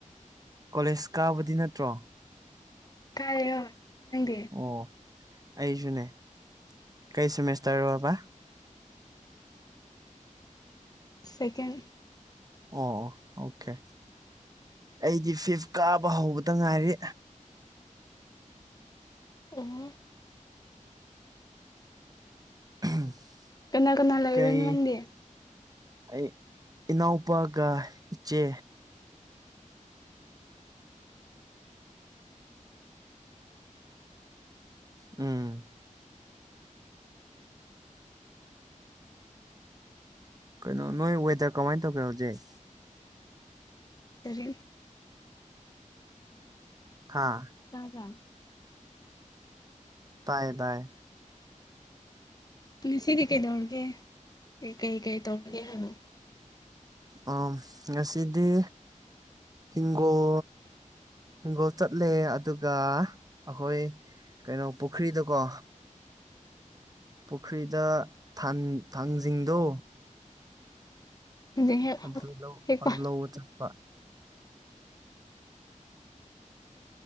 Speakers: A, on the right; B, on the left.
A: ꯀꯣꯂꯦꯖ ꯀꯥꯕꯗꯤ ꯅꯠꯇ꯭ꯔꯣ
B: ꯀꯥꯢꯌꯦ ꯍꯣꯏ ꯅꯪꯗꯤ
A: ꯑꯣ ꯑꯩꯁꯨꯅꯦ ꯀꯩ ꯁꯦꯃꯦꯁꯇꯔꯔꯣꯕ
B: ꯁꯦꯀꯦꯟ
A: ꯑꯣ ꯑꯣꯀꯦ ꯑꯩꯗꯤ ꯐꯤꯐ ꯀꯥꯕ ꯍꯧꯕꯗ ꯉꯥꯏꯔꯤ
B: ꯎꯝ
A: <unintelligible>
B: ꯀꯅꯥ ꯀꯅꯥ ꯂꯩꯔꯤꯅꯣ
A: ꯀꯩ
B: ꯅꯪꯗꯤ
A: ꯑꯩ ꯏꯅꯥꯎꯄꯥꯒ ꯏꯆꯦ ꯎꯝ ꯀꯩꯅꯣ ꯅꯣꯏ ꯋꯦꯗꯔ ꯀꯃꯥꯏ ꯇꯧꯒꯦ ꯍꯧꯖꯤꯛ
B: <unintelligible>
A: ꯍꯥꯥ
B: ꯇꯥꯕ꯭ꯔꯥ
A: ꯇꯥꯏꯌꯦ ꯇꯥꯏ
B: ꯉꯁꯤꯗꯤ ꯀꯩꯗꯧꯔꯒꯦ ꯀꯩ ꯀꯩ ꯀꯩ ꯇꯧꯔꯒꯦ ꯍꯥꯏꯕ
A: ꯑꯣ ꯉꯁꯤꯗꯤ ꯍꯤꯡꯒꯣꯜ ꯍꯤꯡꯒꯣꯜ ꯆꯠꯂꯦ ꯑꯗꯨꯒ ꯑꯩꯈꯣꯏ ꯀꯩꯅꯣ ꯄꯨꯈ꯭ꯔꯤꯗꯀꯣ ꯄꯨꯈ꯭ꯔꯤꯗ ꯊꯥꯟ ꯊꯥꯡꯖꯤꯡꯗꯣ
B: ꯍꯧꯖꯤꯛ ꯍꯦꯛ
A: ꯑꯗꯨ ꯂꯧ
B: ꯍꯦꯛꯄ
A: ꯂꯧꯕ ꯆꯠꯄ